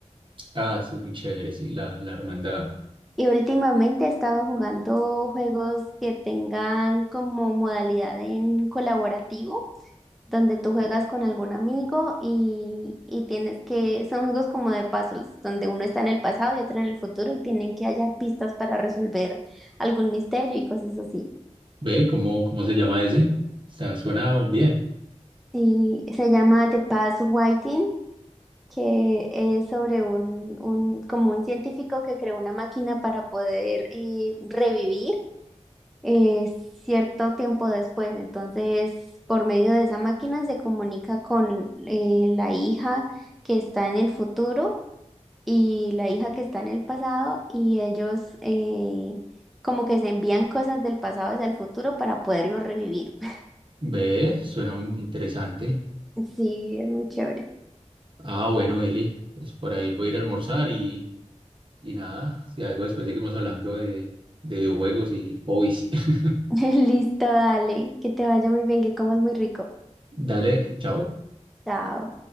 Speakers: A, on the right; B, in the centre.
A: Ah, sí, es muy chévere, sí, la, la hermandad.
B: Y últimamente he estado jugando juegos que tengan como modalidad en colaborativo, donde tú juegas con algún amigo y, y tienes que, son juegos como de puzzles, donde uno está en el pasado y otro en el futuro y tienen que hallar pistas para resolver algún misterio y cosas así.
A: Ve, ¿cómo, cómo se llama ese? Está, suena bien.
B: Sí, se llama The Past Waiting que es sobre un, un- como un científico que creó una máquina para poder eh, revivir eh, cierto tiempo después. Entonces, por medio de esa máquina se comunica con eh, la hija que está en el futuro y la hija que está en el pasado y ellos eh, como que se envían cosas del pasado hacia el futuro para poderlo revivir. <laughs>
A: Ve, suena interesante.
B: Sí, es muy chévere.
A: Ah, bueno, Eli, pues por ahí voy a ir a almorzar y, y nada, si algo después seguimos hablando de, de videojuegos y hobbies. <laughs>
B: <laughs> Listo, dale, que te vaya muy bien, que comas muy rico.
A: Dale, chao.
B: Chao.